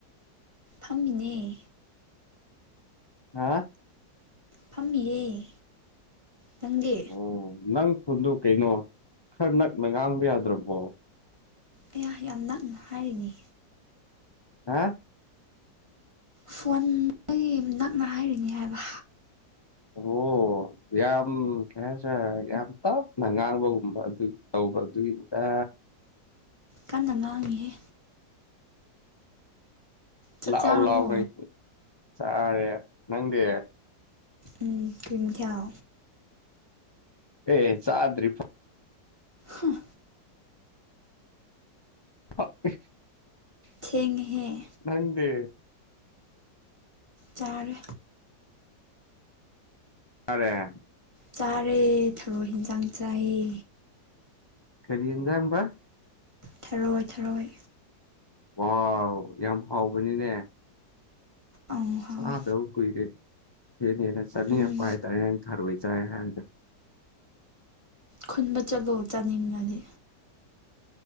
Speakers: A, on the right; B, on the left.
A: ꯐꯝꯃꯤꯅꯦ
B: ꯍꯥ
A: ꯐꯝꯃꯤꯌꯦ ꯅꯪꯗꯦ
B: ꯑꯣ ꯅꯪ ꯈꯨꯨꯟꯗ ꯀꯩꯅꯣ ꯈꯔ ꯅꯛꯅ ꯉꯥꯡꯕ ꯌꯥꯗ꯭ꯔꯕꯣ
A: ꯑꯩꯍ ꯌꯥꯝ ꯅꯛꯅ ꯍꯥꯏꯔꯤꯅꯤ
B: ꯍꯥ
A: ꯐꯣꯟ ꯅꯛꯅ ꯍꯥꯏꯔꯤꯅꯦ ꯍꯥꯏꯕ
B: ꯑꯣ ꯌꯥꯝ ꯀꯩ ꯍꯥꯏꯁꯔꯦ ꯌꯥꯝ ꯇꯞꯅ ꯉꯥꯡꯕꯒꯨꯝꯕ ꯑꯗꯨ ꯇꯧꯕ ꯑꯗꯨꯒꯤꯗꯨꯗ
A: ꯀꯟꯅ ꯉꯥꯡꯉꯤꯍꯦ ꯆꯥꯛ
B: ꯂꯥꯛꯑꯣ
A: ꯆꯥꯔꯕꯣ
B: ꯂꯥꯛꯑꯣ ꯅꯣꯏ ꯆꯥꯔꯦ ꯅꯪꯗꯦ
A: ꯎꯝ ꯀ꯭ꯔꯤ ꯃꯊꯦꯜ
B: ꯑꯦ ꯆꯗ꯭ꯔꯤ ꯐ
A: ꯍꯪ
B: ꯑꯣꯀꯦ
A: ꯊꯦꯡꯉꯦꯍꯦ
B: ꯅꯪꯗꯦ
A: ꯆꯔꯦ
B: ꯐꯔꯦ
A: ꯆꯥꯔꯦ ꯊꯔꯣꯏ ꯍꯟꯁꯥꯡ ꯆꯥꯏꯌꯦ
B: ꯀꯔꯤ ꯌꯦꯖꯝꯕ
A: ꯊꯔꯣꯏ ꯊꯔꯣꯏ
B: ꯋꯥ ꯌꯥꯝ ꯍꯥꯎꯕꯅꯤꯅꯦ
A: ꯑꯪ ꯍꯥꯎꯋꯦ
B: ꯆꯥꯗꯕ ꯀꯨꯏꯔꯦ ꯍꯦꯟꯅ ꯍꯦꯟꯅ ꯆꯠꯅꯤꯡꯉꯛꯄ
A: ꯎꯝ
B: ꯀꯥꯏ ꯇꯔꯦ ꯊꯥꯔꯣꯏ ꯆꯥꯏ ꯍꯥꯏꯔ
A: ꯈꯨꯟꯕ ꯆꯠꯂꯣ ꯆꯥꯅꯤꯡꯉꯗꯤ